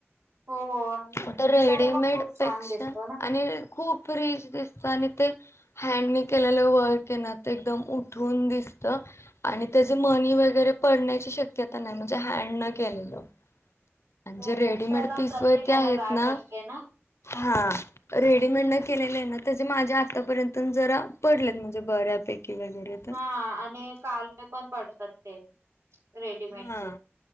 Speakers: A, on the right; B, on the left.
A: हो आणि
B: आता रेडीमेड
A: दिसायला पण खूप छान
B: पेक्षा
A: दिसतो ना.
B: आणि खूप फ्रीज दिसतं, आणि ते हँड नी केलेलं वर्क ये ना ते एकदम उठून दिसतं. आणि त्याचे मनी वगैरे पडण्याची शक्यता नाही म्हणजे हँड न केलेलं. आणि
A: हो
B: जे रेडीमेड
A: हो त्याला
B: पिस
A: प्रत्येक
B: वरती
A: ह्याला
B: आहेत
A: गाठ
B: ना?
A: असते ना.
B: हा रेडीमेड न केलेले आहे ना त्याचे माझे आतापर्यंत जरा पडलेत म्हणजे बऱ्यापैकी! वगैरे तर
A: हा आणि काळे पण पडतात ते. रेडीमेडचे.
B: हा